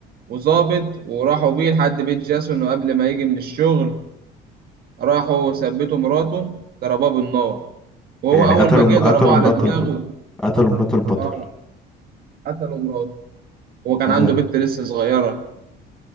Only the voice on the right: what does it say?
وظابط وراحوا بيه لحد بيت جاسون وقبل ما يجي من الشغل راحوا ثبتوا مراته ضربوها بالنار وهو
أول
ما جه ضربوه
على دماغه
اه قتلوا مراته هو كان
عنده بنت لسه صغيرة